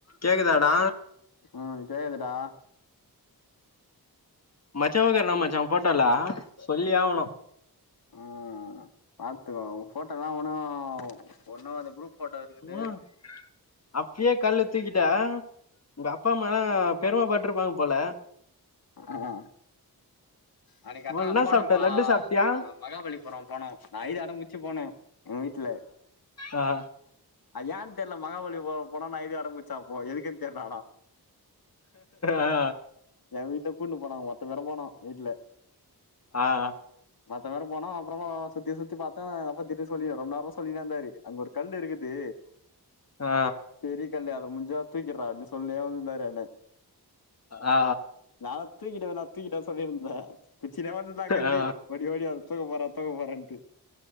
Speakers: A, on the left; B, on the left.
A: கேக்குதாடா
B: ம் கேக்குதுடா
A: மச்சோக என்னா மச்சா ஃபோட்டோல சொல்லியே ஆவணு
B: ம் பாத்துகோ உ ஃபோட்டோல்லா ஒன்னு ஒன்னோட குரூப் ஃபோட்டோ இருக்குது
A: ம் அப்பயே கல்லு தூக்கிட்ட உங்க அப்பா அம்மாலா பெருமப்பட்ருப்பாங்க போல
B: அ அன்னிக் அத்தா
A: மொதல்ல
B: நா
A: என்ன
B: போனம்பா
A: சாப்ட்ட லட்டு சாப்ட்டியா
B: அ மகாபலிபுரோ போனோ நா அழ்து அடம் புடிச்சு போனே எங்க வீட்ல
A: அ
B: அது எ தெர்ல மகாபலிபுரோ போனு நா அழ்து அடம் புடிச்சே அப்போ எதுக்குன் தெர்ல ஆனா
A: ஆ
B: எ வீட்ல கூன்ட்டு போனாங்க மொத்த பேரு போனோ வீட்ல
A: ஆ
B: மத்த எல்லாரு போனோ அப்புறோமா சுத்தி சுத்தி பாத்த எங்கப்பா திட்டி சொல்லி ரொம்ப நேரமா சொல்லினேருந்தாரு அங்க ஒரு கல் இருக்குது
A: ஆ
B: பெரிய கல்லு அத முஞ்சா தூக்கிறா அப்டின் சொல்னே வந்துந்தாரு என்ன
A: ஆ
B: நாதா தூக்கிடுவே நா தூக்கிட்டே சொல்லிருந்தே குச்சினே வந்து நா அங்க இருந்து
A: ஆ
B: ஓடி ஓடி அத தூக்க போற தூக்க போறேன்ட்டு